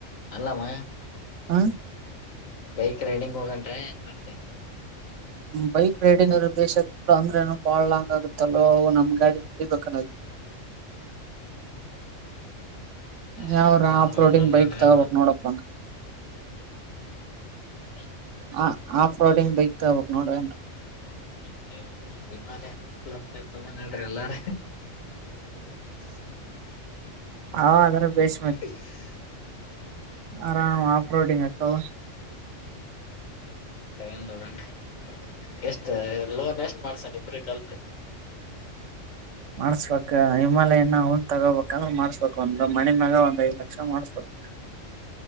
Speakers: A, on the left; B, on the right.
A: ಅಲ್ಲಾಮಾ
B: ಹ
A: ಬೈಕ್ ರೈಡಿಂಗ್ ಹೋಗಟ್ರ ಹೆಂಗ ಮಾಡ್ತೆ
B: ಬೈಕ್ ರೈಡಿಂಗ್ ಅ್ರ ಬೇಷ ಆಗತ್ ಕೂಡ ಅಂದ್ರೇನು ಬಾಳ್ ಲಾಂಗ್ ಆಗತ್ತಲ್ಲೋ ನಮ್ ಗಾಡಿ ನಡಿಬೇಕಲ್ಲ <inaudible>
A: ಡ
B: ಯಾವ್ರ ಆಪ್ ರೋಡಿಂಗ್ ಬೈಕ್
A: ನೋಡ್ರಿ
B: ತಗೋಬಕ್ ನೋಡಪ್ಪಂಗ
A: ಹ
B: ಹ ಆಫ್ ರೋಡಿಂಗ್ ಬೈತಬಕ್ ನೋಡಏನ್
A: <inaudible> ನಿಮ್ಮಸ್ ನಡ್ರಿ ಎಲ್ಲಾರ
B: ಅವ ಅದ್ರ
A: <inaudible>
B: ಬೇಸ್ ಆರಾಮ ಆಫ್ರೋಡಿಂಗ್ ಅ ಕ
A: <unintelligible> ಎಷ್ಟ ಲೋನ್ ಎಷ್ಟ್ ಮಾಡ್ಸತ್ ಪ್ರಿ ಕಾಲ್ಪೇ.
B: ಮಾಡ್ಸ್ಬೇಕ <unintelligible> ಲೋನ್ ತಗೋಬೇಕಂದ್ರೆ ಮಾಡ್ಸ್ಬೇಕಕ್ ಒಂದ್ ಮನಿ ಮ್ಯಾಗ ಒಂದ್ ಐದ್ ಲಕ್ಷ ಮಾಡ್ಸ್ಬೇಕು. <inaudible>